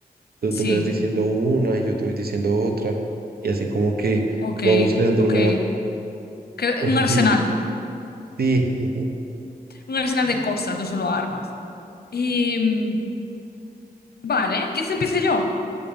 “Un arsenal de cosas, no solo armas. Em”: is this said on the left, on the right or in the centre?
Left